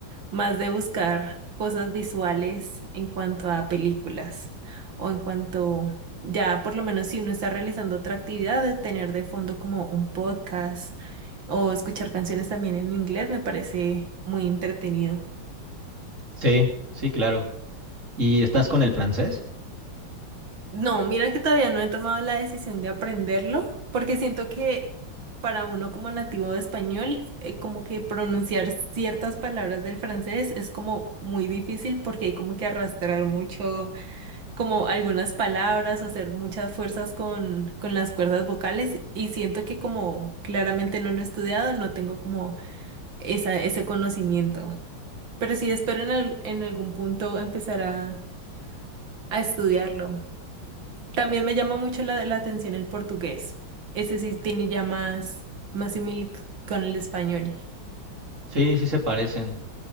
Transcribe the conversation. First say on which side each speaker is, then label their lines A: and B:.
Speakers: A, on the right; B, on the right.
A: más de buscar cosas visuales en cuanto a películas o en cuanto ya por lo menos si uno está realizando otra actividad, de tener de fondo como un podcast o escuchar canciones también en inglés me parece muy entretenido.
B: Sí, sí, claro. ¿Y estás con el francés?
A: No, mira que todavía no he tomado la decisión de aprenderlo porque siento que para uno como nativo de español, eh, como que pronunciar ciertas palabras del francés es como muy difícil porque hay como que arrastrar mucho como algunas palabras, hacer muchas fuerzas con, con las cuerdas vocales y siento que como claramente no lo he estudiado, no tengo como esa, ese conocimiento. Pero sí espero en, al- en algún punto empezar a, a estudiarlo. También me llama mucho la, la atención el portugués. Ese sí tiene ya más, más similitud con el español.
B: Sí, sí se parecen.